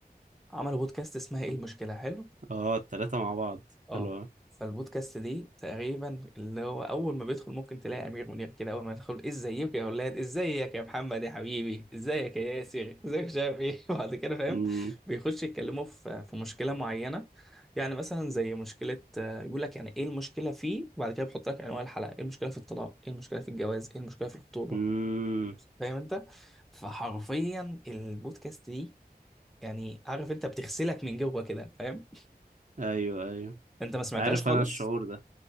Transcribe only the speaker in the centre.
عملوا بودكاست اسمها إيه المشكلة حلو
اه
فالبودكاست دي تقريبا اللي هو اول ما بيدخل ممكن تلاقي امير منير كده اول ما يدخل ازيك يا اولاد ازيك يا محمد يا حبيبي ازيك يا ياسر ازيك مش عارف ايه <laughs> وبعد كده فاهم
بيخش يتكلموا في في مشكله معينه يعني مثلا زي مشكله آه، يقول لك يعني ايه المشكله فيه وبعد كده بيحط لك انواع الحلقه ايه المشكله في الطلاق ايه المشكله في الجواز ايه المشكله في الخطوبه
فاهم انت فحرفيا البودكاست دي يعني عارف انت بتغسلك من جوه كده فاهم
<laughs> انت ما سمعتهاش
خالص